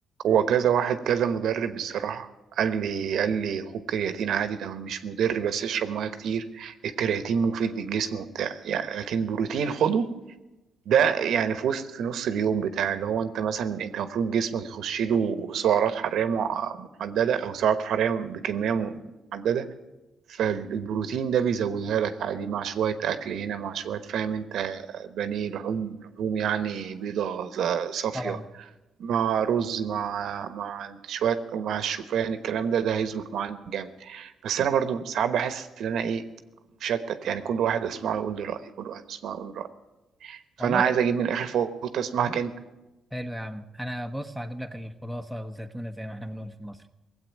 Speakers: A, on the right; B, in the centre.
A: هو كذا واحد كذا مدرب الصراحة قال لي قال لي خد كرياتين عادي ده مش مضر بس اشرب ميه كتير الكرياتين مفيد للجسم وبتاع يعني لكن بروتين خده ده يعني في وسط في نص اليوم بتاع اللي هو انت مثلا انت المفروض جسمك يخش له سعرات حرارية مع- محددة او سعرات حرارية بكمية محددة فالبروتين ده بيزودها لك عادي مع شوية أكل هنا مع شوية فاهم أنت بانيه لحوم لحوم يعني بيضة صافية
B: طبعا
A: مع رز مع مع شويه ومع الشوفان الكلام ده ده هيظبط معانا جامد بس انا برضو ساعات بحس ان انا ايه مشتت يعني كل واحد اسمعه يقول لي رايه كل واحد اسمعه يقول لي رايه فانا
B: والله
A: عايز اجيب من الاخر فقلت اسمعك اه انت
B: حلو يا عم أنا بص هجيب لك الخلاصة أو الزيتونة زي ما إحنا بنقول في المصري